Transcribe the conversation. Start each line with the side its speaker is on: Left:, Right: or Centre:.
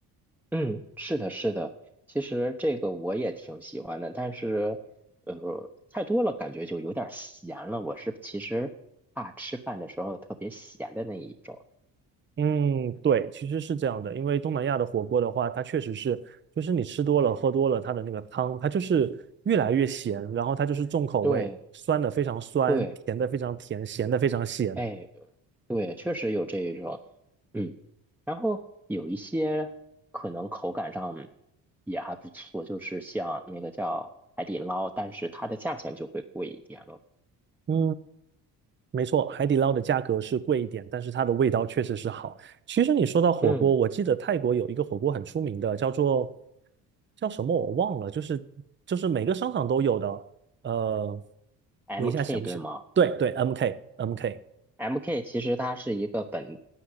Centre: 嗯，是的，是的。其实这个我也挺喜欢的，但是呃，太多了感觉就有点儿咸了。我是其实怕吃饭的时候特别咸的那一种。
Right: 嗯，对，其实是这样的，因为东南亚的火锅的话，它确实是，就是你吃多了、喝多了，它的那个汤，它就是越来越咸，然后它就是重口味，
Centre: 对
Right: 酸的非常酸，
Centre: 对，
Right: 甜的非常甜，咸的非常咸。
Centre: 哎，对，确实有这一种，嗯，然后有一些可能口感上也还不错，就是像那个叫海底捞，但是它的价钱就会贵一点了。
Right: 嗯，没错，海底捞的价格是贵一点，但是它的味道确实是好。其实你说到火锅，
Centre: 嗯
Right: 我记得泰国有一个火锅很出名的，叫做叫什么我忘了，就是就是每个商场都有的，呃，
Centre: ，MK
Right: 我一下想不起来。
Centre: 对吗？
Right: 对对，MK MK。
Centre: MK 其实它是一个本，